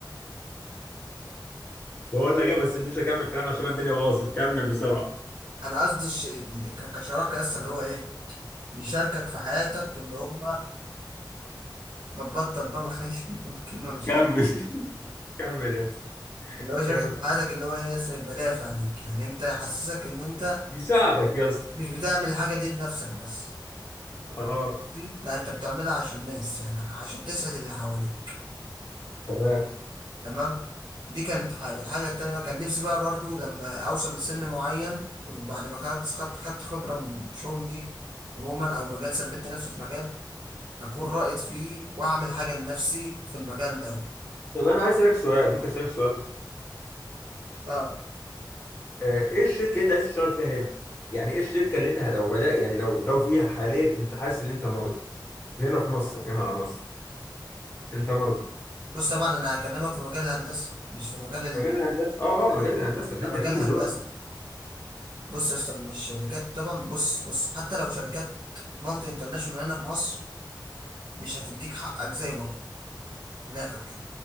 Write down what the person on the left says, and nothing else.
بقول لك إيه بس مش هكمل كلام عشان الدنيا باظت كمل بسرعة
كمل
<laughs> كمل يا اسطى
كمل
يساعدك يا اسطى
اه
تمام
طب انا عايز اسالك سؤال ممكن اسالك سؤال
آه، ايه الشركه اللي انت عايز تشتغل فيها هنا يعني ايه الشركه اللي انت لو بدأ يعني لو لو فيها حاليا انت حاسس ان انت مرضي في هنا في مصر وكمان على مصر انت مرضي
مجال الهندسه
اه اه مجال الهندسه اللي
انت فيه
دلوقتي